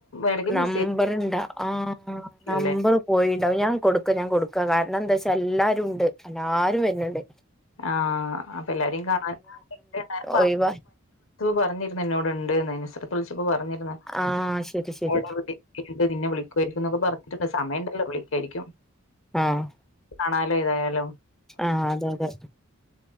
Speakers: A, on the left; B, in the centre.
A: ഇടക്ക്
B: നമ്പറിണ്ടാ
A: മെസ്സേജ്
B: ആഹ് നമ്പറ്
A: ല്ലേ
B: പോയിണ്ടാവും. ഞാൻ കൊടുക്കാ ഞാൻ കൊടുക്കാ കാരണം എന്താച്ച് ഇപ്പെല്ലാരും ഉണ്ട് എല്ലാരും വരുന്നെണ്ട്.
A: ആഹ് അപ്പ എല്ലാരെയും കാണാൻ <unintelligible>
B: ഒഴിവാ
A: പറഞ്ഞിരുന്നെന്നോട് ഇണ്ടെന്ന്‌ നസ്രത്തു വിളിച്ചപ്പോ പറഞ്ഞിരുന്ന്
B: ആ ശരി ശരി
A: <unintelligible> നിന്നെ വിളിക്കുവായിരിക്കും എന്നൊക്കെ പറഞ്ഞിട്ടുണ്ട് സമയിണ്ടല്ലോ വിളിക്കുവായിരിക്കും.
B: ആഹ്
A: ന്നാലോ ഇതായാലും
B: ആഹ് അതെ അതെ